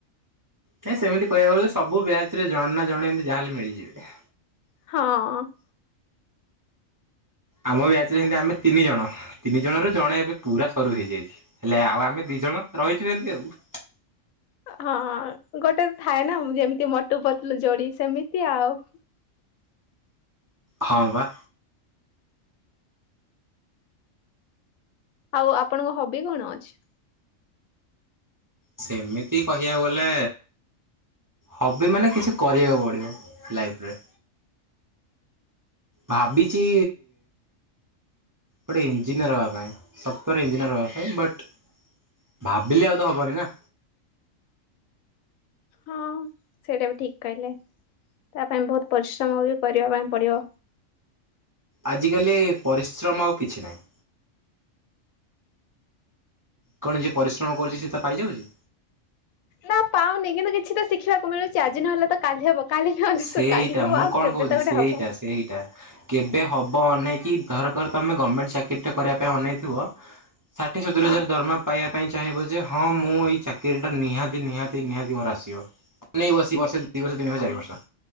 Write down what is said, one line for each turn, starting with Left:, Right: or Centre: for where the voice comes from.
Right: ହେ ସେମିତି କହିବାକୁ ଗଲେ ସବୁ ବ୍ୟାଚ୍ ରେ ଜଣେ ନା ଜଣେ ଏମିତି ଯାହାଲେ ମିଳିଯିବେ।
Left: ହଁ।
Right: ଆମ ବ୍ୟାଚ ରେ ସେମିତି ଆମେ ତିନି ଜଣ ତିନି ଜଣ ର ଜଣେ ଏବେ ପୁରା ସରୁ ହେଇଯାଇଛି। ହେଲେ ଆଉ ଆମେ ଦି ଜଣ ରହିଛୁ ଏମିତି ଆଉ।
Left: ହଁ ଗୋଟେ ଥାଏ ନା ଯେମିତି ମୋଟୁ ପତଲୁ ଯୋଡି ସେମିତି ଆଉ।
Right: ହଁ ପା।
Left: ଆଉ ଆପଣଙ୍କ ହବି କଣ ଅଛି?
Right: ସେମିତି କହିବାକୁ ଗଲେ ହବି ମାନେ କିଛି କରିବାକୁ ପଡ଼ିବ ଲାଇଫରେ। ଭାବିଚି ଗୋଟେ ଇଞ୍ଜିନିୟର ହବା ପାଇଁ ସତରେ ଇଞ୍ଜିନିୟର ହବା ପାଇଁ ବଟ୍ ଭାବିଲେ ଆଉ ତ ହବନି ନା।
Left: ହଁ ସେଇଟା ବି ଠିକ୍ କହିଲେ ତା ପାଇଁ ବହୁତ ପରିଶ୍ରମ ବି କରିବା ପାଇଁ ପଡ଼ିବ।
Right: ଆଜିକାଲି ପରିଶ୍ରମ ଆଉ କିଛି ନାହିଁ। କଣ ଯିଏ ପରିଶ୍ରମ କରୁଚି ସିଏ ତା ପାଇଯାଉଚି?
Left: ନା ପାଉନି କିନ୍ତୁ କିଛି ତ ଶଖିବାକୁ ମିଳୁଚି ଆଜି ନହଲେ ତ କାଲି ହବ। କାଲି ନହେଲେ
Right: ସେଇଟା
Left: ତ କାଲି ହବ
Right: ମୁଁ
Left: ଆଉ
Right: କଣ
Left: କେବେ
Right: କହୁଛି
Left: ତ ଗୋଟେ
Right: ସେଇଟା
Left: ହବ
Right: ସେଇଟା କେବେ ହବ ଅନେଇକି ଧରକର ତମେ ଗମେଣ୍ଟ ଚାକିରିଟେ କରିବା ପାଇଁ ଅନେଇଥିବ ଷାଠିଏ ସତୁରି
Left: ହଁ
Right: ହଜାର ଦରମା ପାଇବା ପାଇଁ ଚାହିଁବ ଯେ ହଁ ମୁଁ ଏଇ ଚାକିରି ଟା ନିହାତି ନିହାତି ନିହାତି ମୋର ଆସିବ। <unintelligible> ବର୍ଷେ ଦି ବର୍ଷ ତିନି ବର୍ଷ
Left: ହଁ
Right: ଚାରି ବର୍ଷ।